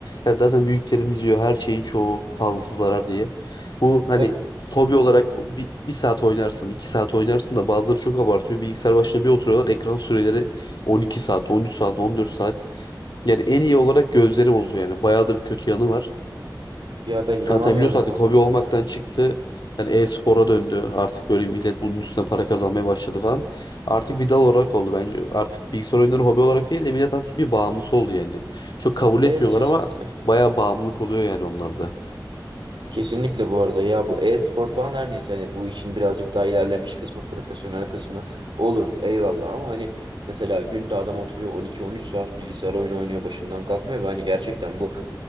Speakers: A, on the left (about 60°); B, on the right (about 85°).
A: Ya zaten büyüklerimiz diyor her şeyin çoğu fazlası zarar diye. Bu hani
B: Tabii.
A: hobi olarak bir, bir saat oynarsın, iki saat oynarsın da bazıları çok abartıyor. Bilgisayar başına bir oturuyorlar. Ekran süreleri 12 saat, 13 saat, 14 saat. Yani en iyi olarak gözleri bozuyor yani. Bayağı da bir kötü yanı var.
B: Ya ben inanamıyorum
A: Hatta biliyorsun artık
B: o adamlara
A: hobi olmaktan
B: ya.
A: çıktı. Yani e-spora döndü. Artık böyle millet bunun üstüne para kazanmaya başladı falan. Artık bir dal olarak oldu bence. Artık bilgisayar oyunları hobi olarak değil de millet artık bir bağımlısı oldu yani. Çok kabul etmiyorlar
B: Evet kesinlikle.
A: ama bayağı bağımlılık oluyor yani onlarda.
B: Kesinlikle bu arada ya bu e-spor falan her neyse hani bu işin birazcık daha ilerlemiş kısmı profesyonel kısmı olur eyvallah ama hani mesela günde adam oturuyor 12-13 saat bilgisayar oyunu oynuyor başından kalkmıyor ve hani gerçekten bu